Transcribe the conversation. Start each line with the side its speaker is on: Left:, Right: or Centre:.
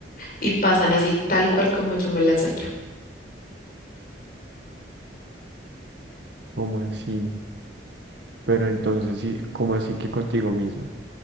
Left: Y pasan así tal cual como yo me las sueño.
Right: ¿Cómo así? Pero entonces sí, ¿cómo así que contigo misma?